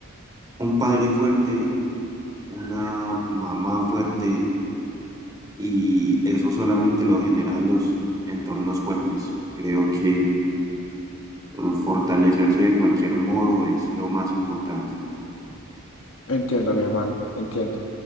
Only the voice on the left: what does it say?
Entiendo, mi hermano, entiendo.